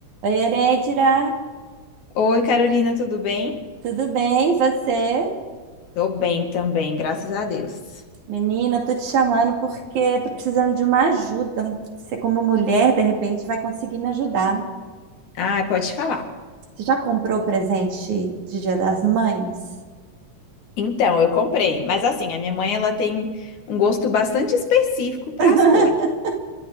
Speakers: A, on the right; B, on the left.
A: Oi, Eredira,
B: Oi, Carolina, tudo bem?
A: tudo bem? E você?
B: Tô bem também, graças a Deus.
A: Menina, tô te chamando porque tô precisando de uma ajuda. Você, como mulher, de repente vai conseguir me ajudar.
B: Ah, pode falar.
A: Você já comprou o presente de Dia das Mães?
B: Então, eu comprei, mas assim, a minha mãe ela tem um gosto bastante específico para
A: <laughs>
B: as coisas.